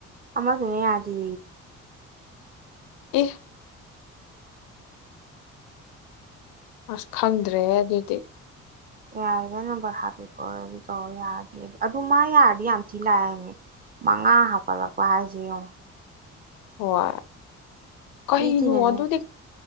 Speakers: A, on the right (about 25°); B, on the left (about 60°).
A: ꯑꯗꯨꯅ ꯑꯗ
B: ꯑꯦ ꯑꯁ ꯈꯪꯗ꯭ꯔꯦ ꯑꯗꯨꯗꯤ
A: ꯌꯥꯔꯦꯗ ꯅꯝꯕꯔ ꯍꯥꯞꯄꯦꯀꯣ ꯑꯗꯨ ꯇꯧꯔ ꯌꯥꯔꯗꯤ ꯑꯗꯨ ꯃꯥ ꯌꯥꯔꯗꯤ ꯌꯥꯝ ꯊꯤ ꯂꯥꯛꯑꯦꯅꯦ ꯃꯉꯥ ꯍꯥꯞꯄꯠꯂꯛꯄ ꯍꯥꯏꯁꯤ ꯌꯦꯡꯉꯣ
B: ꯍ ꯀꯩꯅ
A: ꯃꯤ ꯇꯤꯟꯅꯅꯨ
B: ꯑꯣ ꯑꯗꯨꯗꯤ